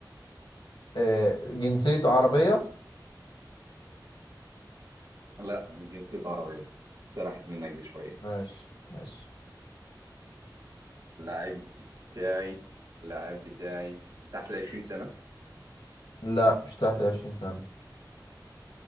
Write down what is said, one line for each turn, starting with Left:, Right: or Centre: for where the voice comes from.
Left: آه، جنسيته عربية
Right: لا مش جنسيته عربية سرحت منك دي شوية
Left: ماشي ماشي
Right: اللاعب بتاعي اللاعب بتاعي تحت ال 20 سنة
Left: لا مش تحت 20 سنة